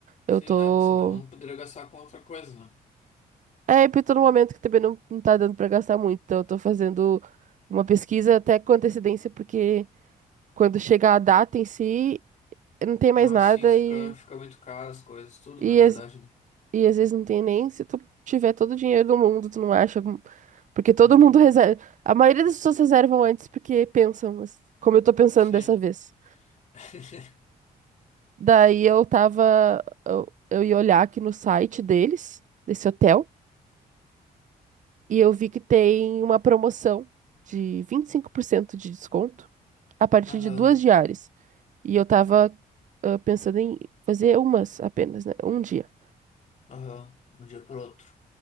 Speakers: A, on the left (about 50°); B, on the right (about 50°).
A: Sim,
B: eu tô.
A: é que senão poderia gastar com outra coisa, né?
B: É, e tô num momento que também não, não tá dando pra gastar muito, então eu tô fazendo uma pesquisa até com antecedência, porque. quando chegar a data em si, não tem mais
A: Ah,
B: nada
A: sim, isso
B: e,
A: fica, fica muito caro as coisas, tudo,
B: e,
A: na verdade,
B: às-
A: né?
B: e às vezes não tem nem se tu tiver todo o dinheiro do mundo, tu não acha. algum- Porque todo
A: Uhum.
B: mundo reserva. A maioria das pessoas reservam antes porque pensam, mas como eu tô pensando
A: Sim.
B: dessa vez.
A: <laughs>
B: Daí eu tava. Eu, eu ia olhar aqui no site deles, desse hotel, e eu vi que tem uma promoção de 25% de desconto a partir
A: Aham,
B: de duas diárias. E eu tava ah, pensando em fazer umas apenas, né? Um dia.
A: aham. De um dia pro outro.